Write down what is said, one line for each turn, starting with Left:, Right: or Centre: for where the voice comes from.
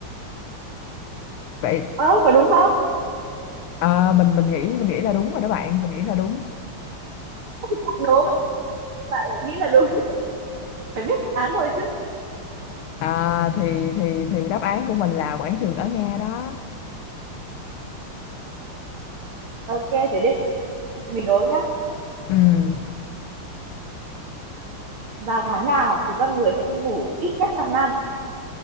Left: Vậy
Right: ơ có đúng không
Left: À, mình mình nghĩ mình nghĩ là đúng rồi đó bạn mình nghĩ là đúng
Right: bạn đố mà bạn lại nghĩ là đúng phải biết đáp án rồi chứ
Left: à, thì thì thì đáp án của mình là quảng trường ở Nga đó
Right: ok thế đây mình đố nhá
Left: Ừm,
Right: vào tháng nào thì con người sẽ ngủ ít nhất trong năm